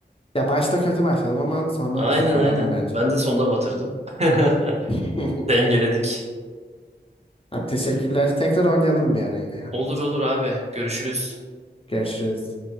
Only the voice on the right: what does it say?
Aynen
aynen.
Ben de sonda batırdım. <laughs>
Dengeledik.
Olur olur abi. Görüşürüz.